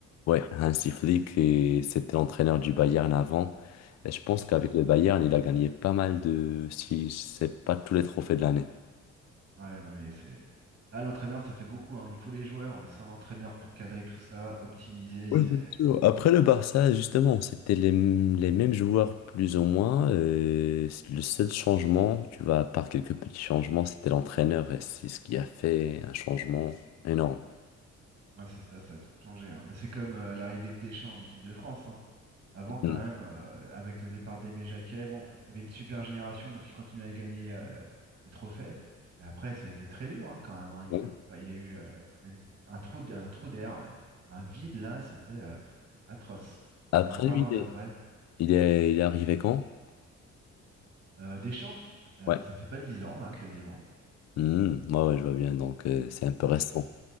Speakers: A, on the left (about 60°); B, on the right (about 35°).
A: Ouais, Hansi Flick, et c'était l'entraîneur du Bayern avant. Et je pense qu'avec
B: Ouais,
A: le Bayern, il a gagné pas mal de, si c'est pas tous les trophées de l'année.
B: Ouais, non mais c'est. Là, l'entraîneur, ça fait beaucoup, hein. Il faut les joueurs, mais sans l'entraîneur pour cadrer tout ça, optimiser, c'est.
A: Ouais, bien sûr. Après le Barça, justement, c'était les, m- les mêmes joueurs plus ou moins. euh, c'est le seul changement, tu vois, à part quelques petits changements, c'était l'entraîneur. Et c'est ce qui a fait un changement énorme.
B: Ouais, c'est ça, ça a tout changé. hein. Bah, c'est comme euh, l'arrivée de Deschamps en équipe de France. hein. Avant, quand
A: Mm.
B: même, euh, avec le départ d'Aimé Jacquet, bon, il y avait une super génération, donc ils continuaient à gagner euh, des trophées. Mais après, ça a été très dur, hein, quand même. hein. Il
A: Ouais.
B: y a eu, il y a eu euh, une- un trou, d- un trou d'air, ouais. Un vide là, c'était euh, atroce.
A: Après,
B: Et en parlant
A: lui, il
B: d'après,
A: est, il est, il est arrivé quand?
B: euh, Deschamps, ça,
A: Ouais.
B: ça fait pas dix ans là, quasiment.
A: Mm, ouais, ouais, je vois bien. Donc, euh, c'est un peu
B: Ça,
A: récent.
B: f-